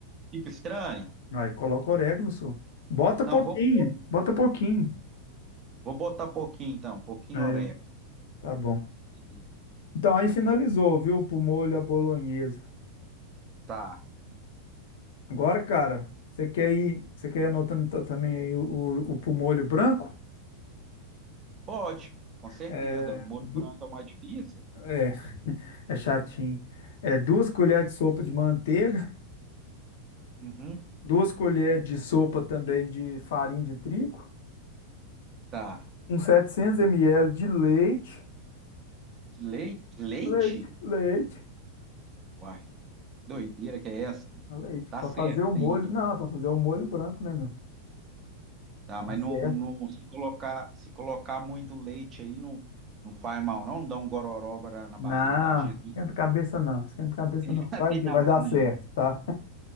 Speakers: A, on the right; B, on the left.
A: fica estranho.
B: Aí coloca orégano, só. Bota
A: Não,
B: pouquinho,
A: vou pôr.
B: bota pouquinho.
A: Vou botar pouquinho então, pouquinho
B: É,
A: orégano.
B: tá bom.
A: Beleza.
B: Então aí finalizou, viu? Pro molho à bolonhesa.
A: Tá.
B: Agora, cara, você quer ir, você quer ir anotando ta- também aí o, o, o pro molho branco?
A: Pode, com certeza.
B: É,
A: O molho
B: du-
A: branco é o mais difícil.
B: é, É chatinho. É duas colheres de sopa de manteiga,
A: Uhum.
B: duas colheres de sopa também de farinha de trigo,
A: Tá.
B: uns 700 ml de leite,
A: De leite? Leite?
B: leite, leite,
A: Uai, doideira que é essa?
B: Ah, leite,
A: Tá
B: para
A: certo,
B: fazer o molho.
A: filho.
B: Não, para fazer o molho branco, né, meu?
A: tá?
B: Tá
A: Mas não,
B: certo.
A: não- se colocar, se colocar muito leite aí, não, não faz mal, não? Não dá um gororoba na, na
B: Não,
A: barriga da gente.
B: esquenta a cabeça não, esquenta a cabeça
A: <laughs>
B: não. Vai
A: tem
B: que
A: nada
B: vai
A: disso,
B: dar
A: não.
B: certo, tá?